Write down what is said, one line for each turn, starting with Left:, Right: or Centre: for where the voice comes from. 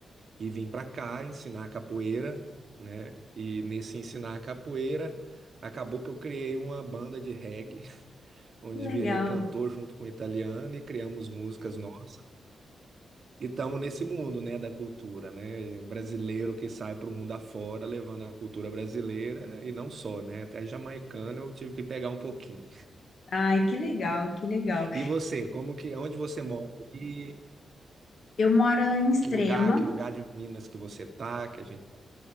Right: e vim para cá ensinar capoeira, né? E nesse ensinar capoeira, acabou que eu criei uma banda de reggae, <laughs> onde
Left: Que legal.
Right: virei cantor junto com o italiano e criamos músicas nossas. E estamos nesse mundo, né, da cultura, né? E Brasileiro que sai para o mundo afora levando a cultura brasileira e não só, né? Até jamaicano eu tive que pegar um pouquinho.
Left: Ai, que legal, que legal.
Right: E você, como que, onde você mora aí?
Left: Eu moro em Extrema,
Right: Que lugar, que lugar de Minas que você tá, que a gente